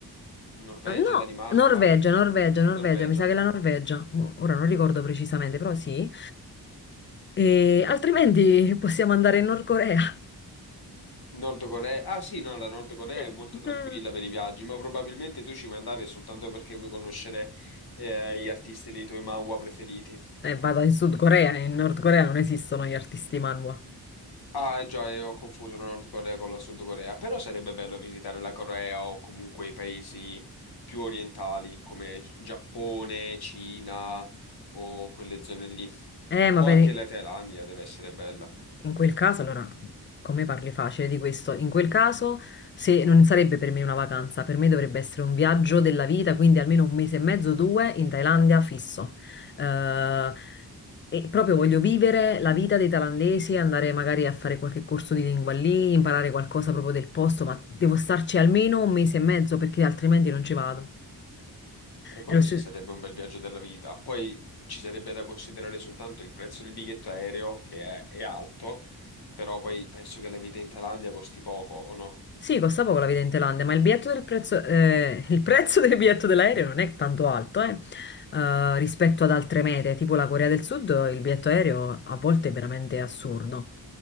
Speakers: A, on the left; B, on the left.
A: Norvegia,
B: no,
A: Danimarca,
B: Norvegia, Norvegia, Norvegia,
A: Norvegia.
B: mi sa che è la Norvegia. Mo- Ora non ricordo precisamente, però sì. E altrimenti <laughs> possiamo andare in Nord Corea.
A: Nord Corea. Ah sì, no, la Nord Corea è molto
B: <laughs>
A: tranquilla per i viaggi, ma probabilmente tu ci vuoi andare soltanto perché vuoi conoscere eh, gli artisti dei tuoi manhwa preferiti.
B: E vado in Sud Corea, in Nord Corea non esistono gli artisti manhwa.
A: Ah, eh, già, eh, ho confuso la Nord Corea con la Sud Corea, però sarebbe bello visitare la Corea o comunque i paesi più orientali come Giappone, Cina o quelle zone lì.
B: Eh, ma
A: O
B: per...
A: anche
B: i-
A: la Thailandia deve essere bella.
B: In quel caso, allora, come parli facile di questo? In quel caso, se non sarebbe per me una vacanza, per me dovrebbe essere un viaggio della vita, quindi almeno un mese e mezzo, due in Thailandia fisso. Eh, e proprio voglio vivere la vita dei thailandesi, andare magari a fare qualche corso di lingua lì, imparare qualcosa proprio del posto, ma devo starci almeno un mese e mezzo perché altrimenti non ci vado.
A: E quello
B: È lo stesso.
A: sì sarebbe un bel viaggio della vita. Poi ci sarebbe da considerare soltanto il prezzo del biglietto aereo, che è, è alto, però poi penso che la vita in Thailandia costi poco, o no?
B: Sì, costa poco la vita in Thailandia, ma il biglietto del prezzo, eh, il prezzo del biglietto dell'aereo non è tanto alto, eh, eh, rispetto ad altre mete, tipo la Corea del Sud, il biglietto aereo a volte è veramente assurdo.